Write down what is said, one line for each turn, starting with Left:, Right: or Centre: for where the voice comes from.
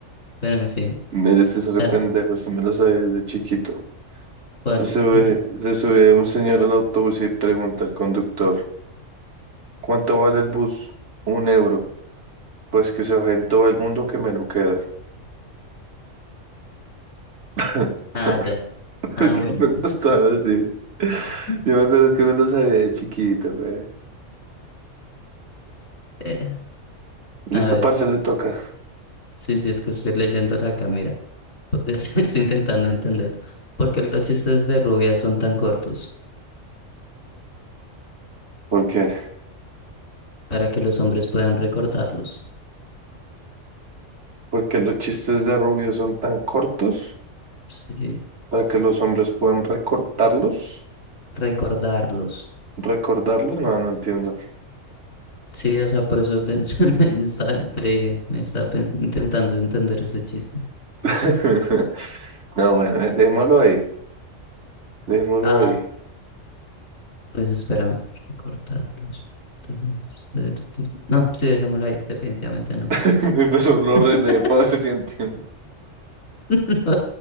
Left: Bueno, en fin,
Right: Mire, este es re
Left: dale,
Right: pendejo. Este me lo sabía desde chiquito.
Left: ¿cuál?
Right: Se sube,
Left: Es...
Right: se sube un señor al autobús y pregunta al conductor: ¿Cuánto vale el bus? Un euro. Pues que se baje en todo el mundo que me lo quedo. <laughs>
Left: Ah, ya. Ah,
Right: Qué pendejo
Left: bueno.
Right: estaba así.
Left: <laughs>
Right: Yo me acuerdo que me lo sabía de chiquito, güey.
Left: Eh,
Right: Listo,
Left: a ver,
Right: parce, le toca.
Left: sí, sí, es que estoy leyendo la cámara. <laughs> Estoy intentando entenderlo. ¿Por qué los chistes de rubia son tan cortos?
Right: ¿Por qué?
Left: para que los hombres puedan recordarlos.
Right: Porque los chistes de Rubio son tan cortos
Left: Sí,
Right: para que los hombres puedan recortarlos.
Left: recordarlos.
Right: ¿Recordarlos? No, no entiendo.
Left: Sí, o sea, por eso me- <laughs> me estaba- te dije, me estaba pen- intentando entender ese chiste.
Right: <laughs> No, bueno, eh, dejémoslo ahí. Dejémoslo
Left: Ah,
Right: ahí.
Left: pues espérame, recordarlos. <laughs> Entonces, chiste- chiste- No, sí, dejémoslo ahí, definitivamente no.
Right: <laughs> Mi perro lo
Left: <laughs>
Right: relee para ver si entiende.
Left: No,